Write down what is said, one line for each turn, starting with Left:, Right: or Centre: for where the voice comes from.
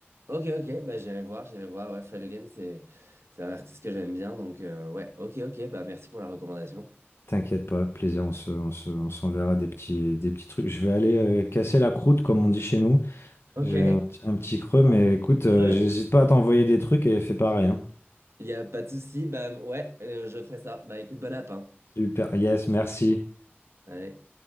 Right: ok, ok, bah j'irai voir, j'irai voir. Ouais, Fred Again, c'est c'est un artiste que j'aime bien, donc euh, ouais, ok, ok, bah merci pour la recommandation.
Left: T'inquiète pas, plaisir, on se, on se- on s'enverra des petits, des petits trucs. Je vais aller euh, casser la croûte, comme on dit chez nous.
Right: Ok.
Left: J'ai un, un petit creux, mais
Right: Un
Left: écoute,
Right: petit
Left: euh,
Right: creux.
Left: j'hésite pas à t'envoyer des trucs et fais pareil, hein.
Right: Il n'y a pas de souci. Bah, ouais, euh, je ferai ça. Bah, écoute, bon app, hein.
Left: Super, yes, merci.
Right: Allez.